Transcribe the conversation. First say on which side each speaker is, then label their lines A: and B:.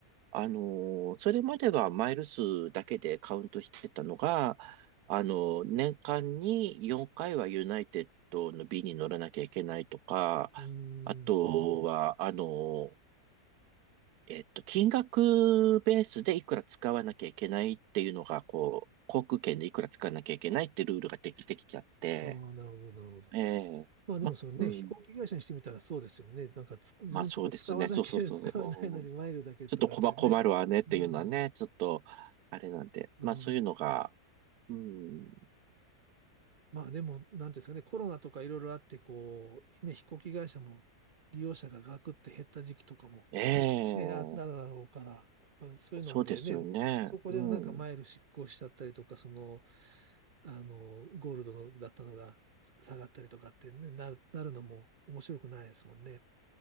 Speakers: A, on the right; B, on the right.
A: あのーそれまではマイル数だけでカウントしてたのが、あのー年間に4回はユナイテッドの B に乗らなきゃいけないとか、
B: ーん。
A: あとは、あのーえっと、金額ベースでいくら使わなきゃいけないっていうのが、こう、航空券でいくら使わなきゃいけないってルールができてきちゃって、
B: ああ、なるほど、なるほど。
A: ええま、
B: まあでもそれね、
A: うん、
B: 飛行機会社にしてみたらそうですよね。なんかつ自分のとこ使わなきゃ
A: まあそうですね、そうそうそ
B: <laughs> 使わないのにマイルだけとかってね。
A: う、ちょっと困困るわねっていうのはね、
B: うん、
A: ちょっと、あれなんで。
B: うん。
A: まあそういうのが、うん、
B: まあでも、なんていうんですかね、コロナとかいろいろあって、こう、ね、飛行機会社も利用者がガクって減った時期とかも
A: え
B: ね、
A: え、
B: あ、なるだろうから、やっぱそういうのでね、
A: そうですよね。
B: そこでなんかマイル失効しちゃったりとか、
A: うん、
B: その、あの、ゴールドだったのが下がったりとかってね、なる、なるのも面白くないですもんね。